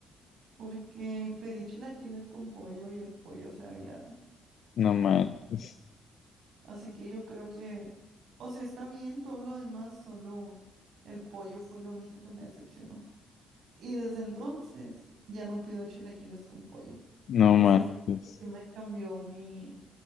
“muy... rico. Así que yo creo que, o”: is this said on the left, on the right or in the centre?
Right